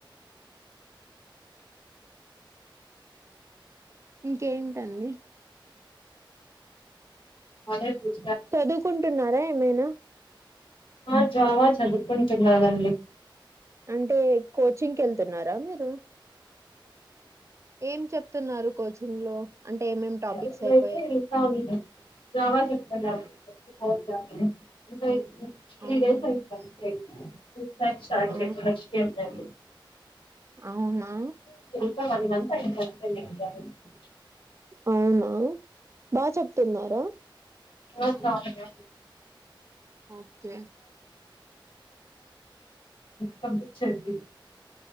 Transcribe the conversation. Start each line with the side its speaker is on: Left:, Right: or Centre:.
Right: ఇంకేంటండి
Left: అదే <unintelligible>
Right: చదువుకుంటున్నారా ఏమైనా
Left: ఆ జావా చదువుకుంటున్నానండి
Right: అంటే కోచింగ్ కి వెళ్తున్నారా మీరు ఏం చెప్తున్నారు కోచింగ్ లో అంటే ఏమేం టాపిక్స్
Left: ఇప్పుడైతే
Right: అయిపో
Left: ఇంకా జావా చెప్తున్నారు కొర్స్ <unintelligible> ఫిఫ్టీ
Right: అవును
Left: డేస్ అయింది అంతే క్లాస్ స్టార్ట్
Right: ఆ
Left: చేస్తే నెక్స్ట్ ఎంటాండి
Right: అవునా
Left: ఇంకా వన్ మంత్ అయింది అంతే నిను జాయిన్ అయ్యి
Right: అవునా బాగా చెప్తున్నారా
Left: ఓకే అండి
Right: ఓకే
Left: పంపిచ్చండి